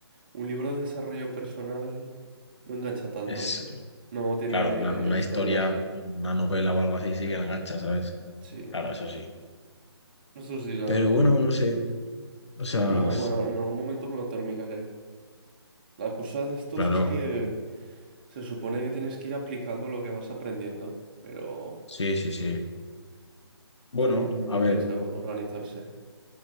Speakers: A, on the right (about 20°); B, on the left (about 85°).
A: un libro de desarrollo personal no engancha tanto.
B: Es,
A: No tiene
B: claro, una, una
A: eh, historia
B: historia,
A: así.
B: una novela o algo así, sí que engancha, ¿sabes?
A: Sí,
B: Claro, eso sí.
A: eso sí, la
B: Pero
A: verdad.
B: bueno, no sé. O sea,
A: Pero bueno, en algún momento me lo terminaré. La cosa de estos
B: claro,
A: es que se supone que tienes que ir aplicando lo que vas aprendiendo. Pero
B: sí, sí, sí. Bueno,
A: También
B: a
A: hay
B: ver.
A: que saber organizarse.